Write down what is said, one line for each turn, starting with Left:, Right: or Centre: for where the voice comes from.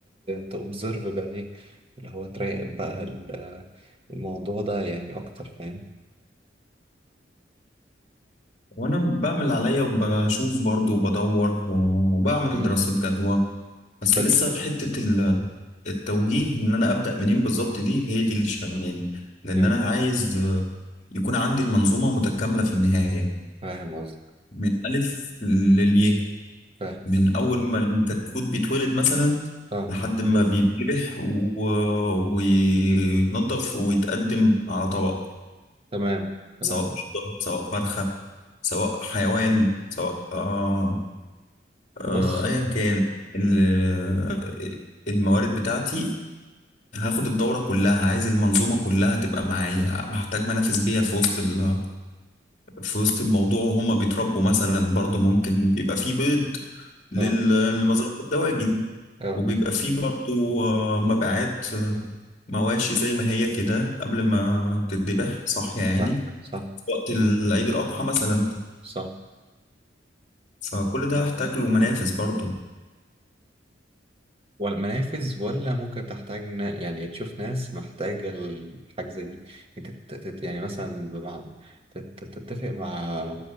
Right: تأوبزرف بعينيك اللي هو تراقب بقى ال- الموضوع ده يعني أكتر فاهم؟
Left: وانا بعمل اللي عليا وبشوف برضو وبدور وبعمل
Right: مم.
Left: دراسة جدوى بس
Right: حلو
Left: لسه حتة ال- التوجيه ان انا ابدا منين بالظبط دي هي دي اللي شغلاني لان
Right: مم.
Left: انا عايز آه، يكون عندي المنظومة متكاملة في النهاية
Right: فاهم قصدك
Left: من الف للياء
Right: فاهم
Left: من اول ما الكتكوت بيتولد مثلا
Right: أه
Left: لحد ما بيتذبح و... ويتنضف ويتقدم على طبق
Right: تمام تمام
Left: سواء قشطة، سواء فرخة سواء حيوان سواء آه... آه...
Right: بص
Left: ايا كان ال- الموارد بتاعتي هاخد الدورة كلها عايز المنظومة كلها تبقى معايا بحتاج منافس بيها في وسط ال... في وسط الموضوع وهما بيتربوا مثلا برضو ممكن بيبقى فيه بيض لل-
Right: أه
Left: لمزرعة الدواجن
Right: أه
Left: وبيبقى فيه برضو آه، مبيعات آه، مواشي زي ما هي كده قبل ما بتتذبح صاحية يعني
Right: فاهمك صح
Left: في وقت ال- عيد الأضحى مثلا
Right: صح
Left: فكل ده هحتاج له منافس برضو
Right: ولا منافذ ولا ممكن تحتاج نا- يعني تشوف ناس محتاجة الحاجة زي دي انت تت- تت- يعني مثلا بمعنى تت- تتفق مع